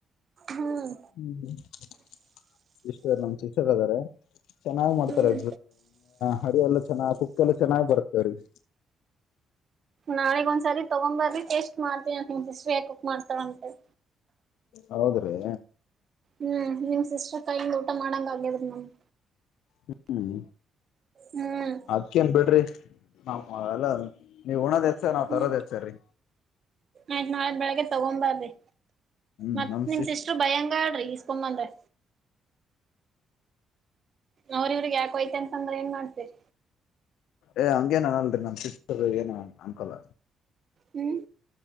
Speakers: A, on the right (about 45°); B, on the left (about 80°).
A: ಹ್ಮ್
B: ಹ್ಮ್ ಹ್ಮ್ ಶ ನಮ್ ಶಿಕ್ಷಕ ಅದಾರೆ ಚೆನ್ನಾಗ್ ಮಾಡ್ತಾರೆ
A: ಹ್ಮ್
B: ಹಾರಿ ಎಲ್ಲ ಚೆನ್ನಾಗ ಕುಕ್ಕ ಎಲ್ಲ ಚೆನ್ನಾಗ್ ಬರ್ತವ್ರೀಗ
A: ನಾಳಿಗ್ ಒಂದ್ಸರಿ ತಗೊಂಬರ್ರಿ ಟೇಸ್ಟ್ ಮಾಡ್ರಿ ನಿಮ್ <unintelligible> ಮಾಡ್ತಾರ ಅಂತ
B: ಹೌದ್ರೀ
A: ಹ್ಮ್ ನಿಮ್ ಸಿಸ್ಟರ್ ಕೈಯಿಂದ ಊಟ ಮಾಡಾಂಗ ಆಗ್ಯದ್ರಿ ನಮಗ್
B: ಹ್ಮ್
A: ಹ್ಮ್
B: ಅದ್ಕೇನ್ ಬಿಡ್ರಿ ನಾವೇಲ್ಲ ನೀವ್ ಉಣೋದ್ ಹೆಚ್ಚ ನಾವ್
A: ಹ್ಮ್
B: ತರೋದ್ ಹೆಚ್ಚರ್ರೀ
A: ಆಯ್ತ್ ನಾಳೆ ಬೆಳಗ್ಗೆ ತಗೊಂಬಾರ್ರಿ
B: ಹ್ಮ್
A: ಮತ್
B: ನಮ್
A: ನಿಮ್ ಸಿಸ್ಟರ್ ಭಯಂಗಾಳರೀ ಸುಮ್ಮ ಅಂದೇ ಅವ್ರ ಇವರಿಗ್ ಯಾಕ ಹೋಯ್ತಿತಂದ್ರ ಏನ್ ಮಾಡ್ತಿರಿ
B: ಏ ಹಂಗೇನ್ ಅನಲ್ರಿ ನಮ್ ಸಿಸ್ಟರ್ ಏನ ಅನ್ಕಲ್ಲ
A: ಹ್ಮ್